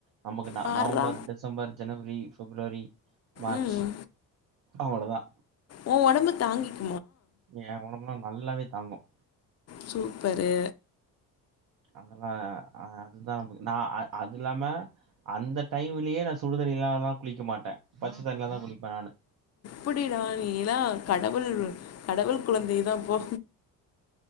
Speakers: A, on the right; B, on the left.
A: நமக்கு ந
B: பார்றா
A: நவம்பர் டிசம்பர் ஜனவரி பிப்ரவரி மார்ச்
B: ம்
A: அவ்ளோ தா
B: ஓ உடம்பு தாங்கிக்
A: என் உடம்பெல்லா நல்லாவே தாங்கும்
B: சூப்பரு
A: அதெல்லா அ அது தா நா அது இல்லாம அந்த டைம்லயே நா சுடுதண்ணி <unintelligible> குளிக்க மாட்டேன் பச்சத்தண்ணில தா குளிப்பன் நானு
B: எப்டிடா நீலாம் கடவுள் கடவுள் குழந்தை தா போ